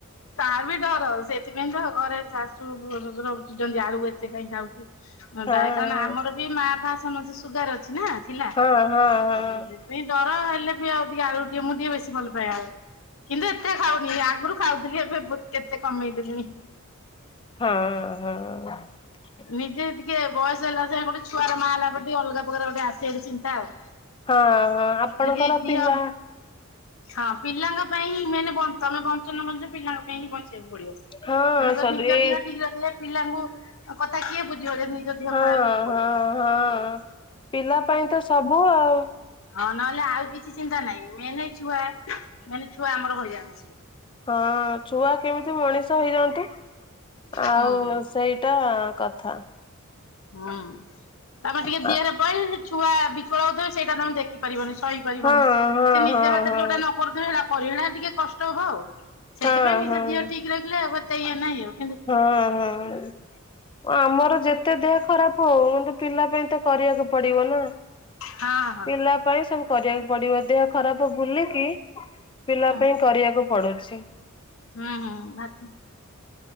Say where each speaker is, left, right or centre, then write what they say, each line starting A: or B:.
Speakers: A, on the left; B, on the left.
A: ତାବି ଡର ସେ ସେଥିପାଇଁତ ଘରେ ଶାଶୁ ଶଶୁର ଚିଡନ୍ତି ଆଳୁ ଏତେ କାଇଁ ଖାଉଚୁ
B: ହଁ
A: ଡାଏ କାରଣ ଆମର କି ମା ଫା ସମେତେ ସୁଗାର ଅଛିନା ଥିଲା
B: ହଁ ହଁ ହଁ।
A: ହୁଁ ସେଥି ପାଇଁ ଡର ହେଲେବି ଆଉ ଟିକେ ଆଳୁ ଦିଅ ମୁଁ ଟିକେ ବେଶି ଭଲ ପାଏ ଆଳୁ କିନ୍ତୁ ଏତେ ଖାଉନି ଆଗରୁ ଖାଉଥିଲି ଏବେ କେତେ କମେଇ ଦେଲିଣି।
B: ହଁ ହଁ।
A: ନିଜେ ଟିକେ ବୟସ ହେଲା ସାଙ୍ଗେ ଗୋଟେ ଛୁଆର ମା ହେଲା ପରେ ଟିକେ ଅଲଗା ପ୍ରକାର ଗୋଟେ ଆସେ ଚିନ୍ତା ଆଉ।
B: ହଁ ହଁ ଆପଣଙ୍କର
A: ଯଦି ଦିହ
B: ପିଲା
A: ହଁ ପିଲାଙ୍କ ପାଇଁ ହିଁ ମେନ ବ ତମେ ବଞ୍ଚ ନବଞ୍ଚ ପିଲାଙ୍କ ପାଇଁହିଁ ବଞ୍ଚେଇିବାକୁ ପଡ଼ିବ।
B: ହଁ
A: ତେଣୁକରି
B: ସରି
A: ନିଜ ଦେହ ଠିକ୍ ରଖିଲେ ପିଲାଙ୍କୁ କଥା କିଏ ବୁଝିବ ଯେଦି ନିଜ ଦେହ
B: ହଁ
A: ଖରାପ୍ ହେଇକି ପଡ଼ିବ
B: ହଁ
A: ହୁଁ।
B: ହଁ। ପିଲା ପାଇଁ ତ ସବୁ ଆଉ
A: ହଁ ନହେଲେ ଆଉ କିଛି ଚିନ୍ତା ନାହିଁ ମେନ୍ ଛୁଆ ମେନ୍ ଛୁଆ ଆମର ହଇରାଣ ହେଇଯିବେ।
B: ହଁ ଛୁଆ କେମିତି ମଣିଷ ହେଇଯାନ୍ତୁ। ଆଉ
A: ହୁଁ
B: ସେଇଟା କଥା।
A: ହୁଁ ତମେ ଟିକେ
B: ହଁ
A: ଦିହରେ ପଈଲେ ଛୁଆ ବିକଳ ହଉଥିବେ ସେଇଟା ତମେ ଦେଖିପାରିବନି ଶହି ପାରିବନି,
B: ହଁ ହଁ
A: ସେ ନିଜ
B: ହଁ
A: ହାତରେ ଯୋଉଟା ନକରୁଥିବେ ସେଇଟା କରିବ ସେଟା ଟିକେ କଷ୍ଟ ହବ ଆଉ। ସେଥିପାଇଁ
B: ହଁ
A: ନିଜ
B: ହଁ।
A: ଦେହ ଠିକ୍ ରଖିଲେ ଆଉ ଏତେ ଇଏ ନାହିଁ ଆଉ। କିନ୍ତୁ
B: ହଁ ହଁ ଆମର ଯେ ଯେତେ ଦେହ ଖରାପ୍ ହଉ କିନ୍ତୁ ପିଲା ପାଇଁତ କରିବାକୁ ପଡ଼ିବ ନା।
A: ହଁ ହଁ
B: ପିଲା ପାଇଁ ସବୁ କରିବାକୁ ପଡ଼ିବ ଦେହ ଖରାପ୍ ବୁଲିକି ପିଲା
A: ହଁ
B: ପାଇଁ କରିବାକୁ ପଡୁଛି।
A: ହୁଁ ହୁଁ ଭାତ